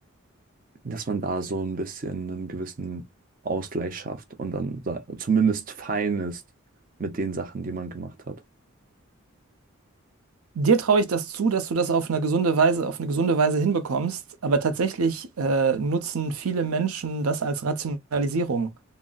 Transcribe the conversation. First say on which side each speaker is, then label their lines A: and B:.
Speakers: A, on the right; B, on the right.
A: dass man da so ein bisschen einen gewissen Ausgleich schafft und dann sa- zumindest fein ist mit den Sachen, die man gemacht hat.
B: Dir traue ich das zu, dass du das auf eine gesunde Weise, auf eine gesunde Weise hinbekommst, aber tatsächlich äh, nutzen viele Menschen das als Rationalisierung.